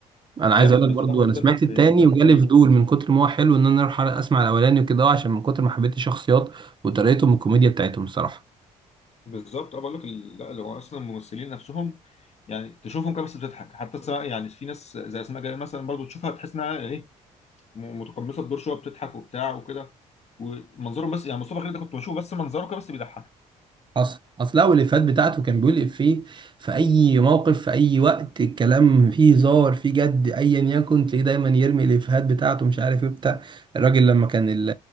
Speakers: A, on the right; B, on the left.
A: انا
B: جامد
A: عايز اقول لك
B: بصراحه
A: برضو انا
B: جدا
A: سمعت
B: في
A: التاني
B: افيهات
A: وجالي
B: كتير
A: فضول من كتر ما هو حلو ان انا اروح اسمع الاولاني وكده عشان من كتر ما حبيت الشخصيات وطريقتهم والكوميديا بتاعتهم الصراحه
B: بالظبط اه بقول لك ال- لا لو اصلا الممثلين نفسهم يعني تشوفهم كده بس بتضحك حتى سواء يعني في ناس زي اسماء جلال مثلا برضو تشوفها تحس انها ايه م- متقمصه الدور شويه بتضحك وبتاع وكده ومنظرهم بس يعني مصطفى خالد ده كنت بشوفه بس منظره كده بس بيضحك
A: اصل اصل هو الافيهات بتاعته كان بيقول افيه في اي موقف في اي وقت الكلام فيه هزار فيه جد ايا يكن تلاقيه دايما يرمي الافيهات بتاعته مش عارف ايه بتاع الراجل لما كان ال-